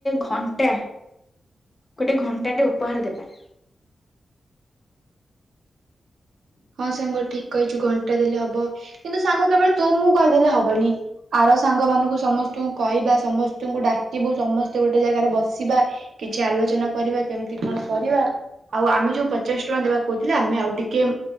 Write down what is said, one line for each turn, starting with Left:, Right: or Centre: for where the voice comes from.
Left: ଘଣ୍ଟା ଗୋଟେ ଘଣ୍ଟା ଟେ ଉପହାର ଦେବା
Right: ହଁ ସାଙ୍ଗ ଠିକ କହିଛୁ ଘଣ୍ଟା ଦେଲେ ହବ କିନ୍ତୁ ସାଙ୍ଗ କେବଳ ତୁ ମୁଁ କହିଦେଲେ ହବନି ଆର ସାଙ୍ଗ ମାନଙ୍କୁ ସମସ୍ତଙ୍କୁ କହିବା ସମସ୍ତଙ୍କୁ ଙ୍କୁ ଡାକିବୁ ସମସ୍ତେ ଗୋଟେ ଜାଗାରେ ବସ ସିବା କିଛି ଆଲୋଚନା କରିବା କେମିତି କଣ କରିବା ଆଉ ଆମେ ଯୋଉ ପଚାଶ ଟଙ୍କା ଦେବାକୁ କହୁଥିଲେ ଆମେ ଆଉ ଟିକେ